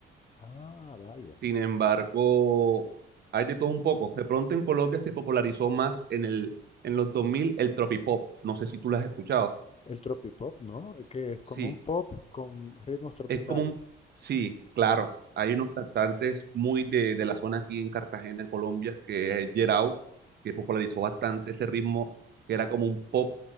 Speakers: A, on the left; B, on the right.
A: Ah, vaya.
B: Sin embargo, hay de todo un poco. De pronto en Colombia se popularizó más en el, en los 2000 el tropipop. No sé si tú lo has escuchado.
A: El tropipop, ¿no? Que es
B: Sí,
A: como un pop con ritmos tropicales.
B: es como un... Sí, claro. Hay unos cantantes muy de, de la zona aquí en Cartagena, en Colombia, que es Gerao, que popularizó bastante ese ritmo, que era como un pop.